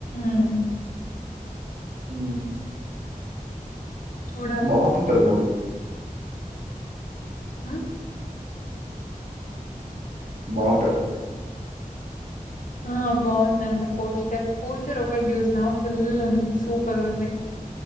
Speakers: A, on the left; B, on the right.
A: ఉం
B: ఉ
A: చూడాలి
B: బాగుంటది మూవీ
A: ఆ
B: బాగుంటది
A: ఆ బాగుందంట పోస్టర్ పోస్టర్ ఒకటి చూసిన ఫుల్ ఉంది సూపర్ ఉంది